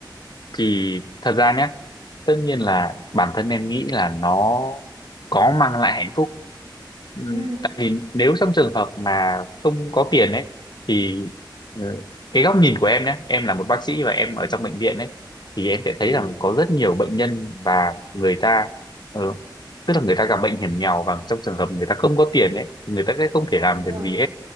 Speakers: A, on the left; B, on the right.
A: thì thật ra nhé, tất nhiên là bản thân em nghĩ là nó có mang lại hạnh phúc Ừ,
B: Ừ.
A: tại vì nếu trong trường hợp mà không có tiền ấy thì ừ, cái góc nhìn của em nhé em là một bác sĩ và em
B: Ừ.
A: ở trong bệnh viện ấy thì em sẽ
B: Ừ,
A: thấy rằng có rất nhiều bệnh nhân và người ta ừ, tức là người ta gặp bệnh hiểm nghèo và trong trường hợp người ta không có tiền ấy thì người ta sẽ không thể làm
B: đúng
A: được
B: rồi,
A: gì hết